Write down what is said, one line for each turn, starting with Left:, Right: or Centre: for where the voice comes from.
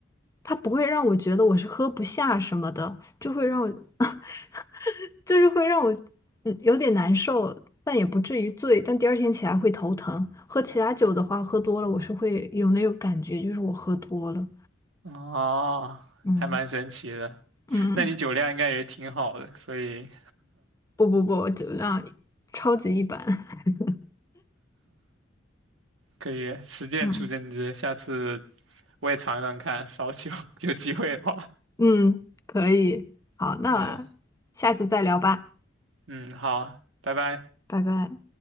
Left: 它不会让我觉得我是喝不下什么的，就会让我 <laughs> 就是会让我嗯有点难受，但也不至于醉，但第二天起来会头疼。喝其他酒的话，喝多了我是会有那种感觉，就是我喝多了。
Right: 哦，
Left: 嗯
Right: 还蛮神奇的。
Left: 嗯，
Right: 那你酒量应该也挺好的，所以
Left: 不不不，酒量超级一般。<laughs>
Right: 可以实践出真知。
Left: 嗯
Right: 下次我也尝尝看烧酒，<laughs> 有机会的话。
Left: 嗯，可以，好，那下次再聊吧，
Right: 对，嗯，好，拜拜。
Left: 拜拜。